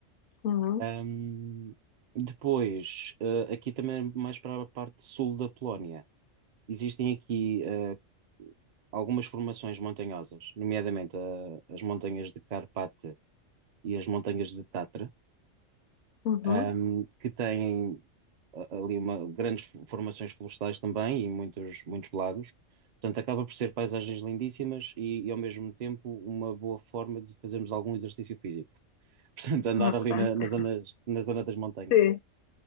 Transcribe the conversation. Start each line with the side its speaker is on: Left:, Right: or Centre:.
Left: uhum,
Right: Ahm, depois, eh, aqui também é mais para a parte sul da Polónia, existem aqui eh, algumas formações montanhosas, nomeadamente eh, as montanhas de Carpate e as montanhas de Tatra,
Left: uhum,
Right: ahm, que têm a- ali uma, grandes fo- formações florestais também e muitos, muitos lagos. Portanto, acaba por ser paisagens lindíssimas e, e, ao mesmo tempo uma boa forma de fazermos algum exercício físico. <laughs> Portanto, andar
Left: ok.
Right: ali na, na zona, na zona das montanhas.
Left: Sim.